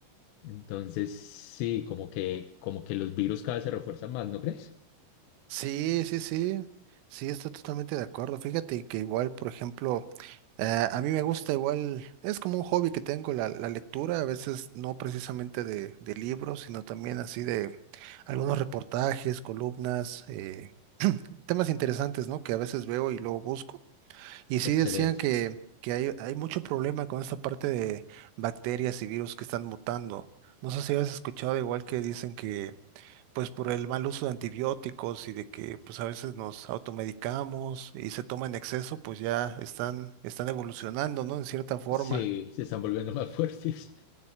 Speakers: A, on the left; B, on the right.
A: Entonces, sí, como que, como que los virus cada vez se refuerzan más, ¿no crees?
B: Sí, sí, sí, sí, estoy totalmente de acuerdo. Fíjate que igual, por ejemplo, eh, a mí me gusta igual, es como un hobby que tengo la, la lectura, a veces no precisamente de, de libros, sino también así de algunos reportajes, columnas, eh, temas interesantes, ¿no? Que a veces veo y luego busco. Y sí
A: Excelente.
B: decían que, que hay, hay mucho problema con esta parte de bacterias y virus que están mutando. No sé si habías escuchado igual que dicen que pues por el mal uso de antibióticos y de que pues a veces nos automedicamos y se toma en exceso, pues ya están, están evolucionando, ¿no? En cierta forma.
A: Sí, se están volviendo más <laughs> fuertes.